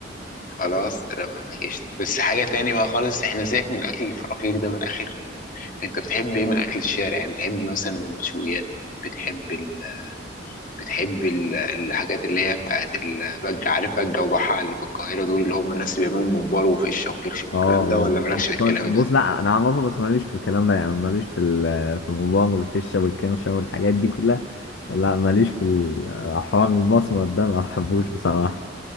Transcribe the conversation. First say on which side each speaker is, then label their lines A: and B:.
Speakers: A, on the left (about 45°); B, on the left (about 75°).
A: خلاص انا معاك قشطة بس حاجة تاني بقى خالص احنا سيبك من الاكل الفرافير ده من الاخر انت بتحب ايه من اكل الشارع يعني بتحب مثلا المشويات بتحب ال... بتحب ال... الحاجات اللي هي بتاعت البجة عارف بجة وبحة اللي في القاهرة دول اللي هم الناس اللي بيعملوا ممبار وفشة وكرشة
B: اه
A: والكلام
B: اه
A: ده ولا مالكش
B: بس طبعاً-
A: في الكلام
B: بص
A: ده
B: لا انا اعرفه بس ماليش في الكلام ده يعني ماليش في ال- في الغضبان والفشه والكرشه والحاجات دي كلها لا ماليش في الحوار المصمت ده ما بحبوش بصراحة